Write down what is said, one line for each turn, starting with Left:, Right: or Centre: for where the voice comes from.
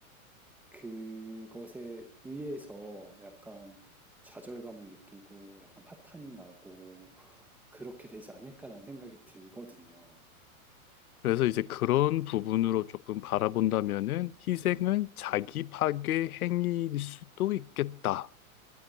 Centre: 그것에 의해서 약간 좌절감을 느끼고 약간 파탄이 나고 그렇게 되지 않을까라는 생각이 들거든요.
Left: 그래서 이제 그런 부분으로 조금 바라본다면은 희생은 자기 파괴 행위일 수도 있겠다라는